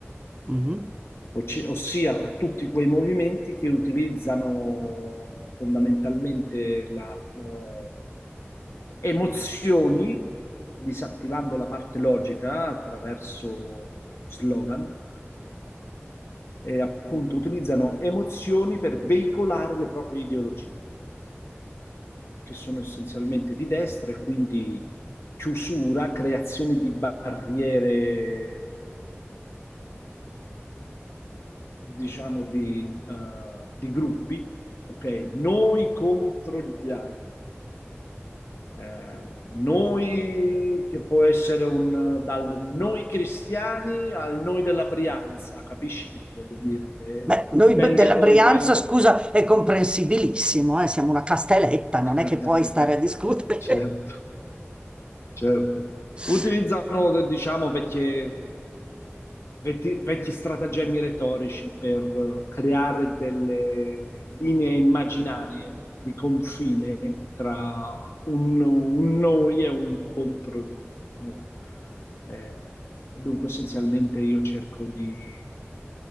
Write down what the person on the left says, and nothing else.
oci- ossia tutti quei movimenti che utilizzano fondamentalmente la, eh, emozioni, disattivando la parte logica attraverso slogan, e appunto utilizzano emozioni per veicolare le proprie ideologie, che sono essenzialmente di destra e quindi chiusura, creazione di barriere, diciamo, di, uh, di gruppi, ok? Noi contro gli altri. Eh, noi, che può essere un, dal noi cristiani al noi della Brianza, capisci che ti voglio dire? Eh,
Insomma,
dipende
poi
dai,
<laughs>
Certo, certo.
Utilizzano, diciamo, vecchie, vecchi, vecchi stratagemmi retorici per creare delle linee immaginarie di confine tra un, un noi e un contro noi. Eh, dunque, essenzialmente, io cerco di